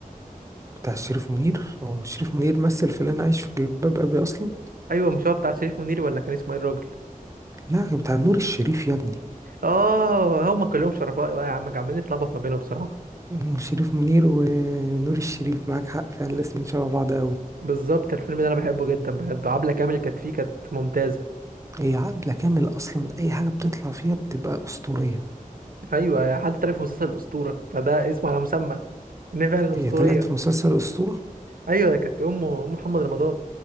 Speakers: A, on the right; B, on the right.
A: بتاع شريف منير هو مش شريف منير مثل في اللي انا عايش في جلباب ابي اصلا
B: ايوه مش هو بتاع شريف منير ولا كان اسمه ايه الراجل
A: لا بتاع نور الشريف يا ابني
B: اه هم كلهم شرفاء بقى يا عم عمالين نتلخبط ما بينهم بصراحه
A: مم، شريف منير ونور الشريف معاك حق فعلا الاسمين شبه بعض قوي
B: بالظبط الفيلم ده انا بحبه جدا بجد عبله كامل كانت فيه كانت ممتازه
A: هي عقلة كامل أصلا أي حاجة بتطلع فيها بتبقى أسطورية
B: ايوه حد طلع في مسلسل الاسطوره فده اسمه على مسمى نفع الاسطوريه
A: هي طلعت في مسلسل أسطورة
B: ايوه كانت امه ام محمد رمضان